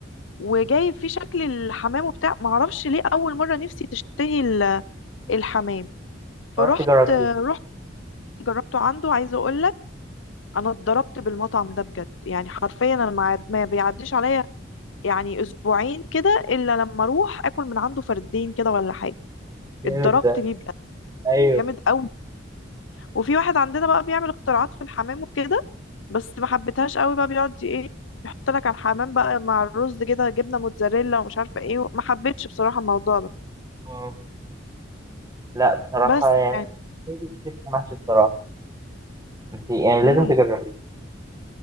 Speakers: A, on the left; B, on the right.
A: وجايب فيه شكل الحمام وبتاع معرفش ليه اول مرة نفسي تشتهي ال- الحمام فرحت
B: رحت جربتيه
A: رحت جربته عنده عايزه اقول لك انا اتضربت بالمطعم ده بجد يعني حرفيا انا ما ما بيعديش عليا يعني اسبوعين كده الا لما اروح اكل من عنده فردين كده ولا حاجه
B: جامد
A: اتضربت
B: ده
A: بيه بجد
B: ايوه
A: جامد قوي وفي واحد عندنا بقى بيعمل اختراعات في الحمام وكده بس ما حبيتهاش قوي بقى بيقعد ي- ايه يحط لك على الحمام بقى مع الرز كده جبنه موتزاريلا ومش عارفه ايه ما حبيتش بصراحه الموضوع ده
B: اه لا بصراحه
A: بس
B: يعني
A: يعني
B: بتحبي كتير في المحشي بصراحه انت يعني لازم
A: امم
B: تجربيه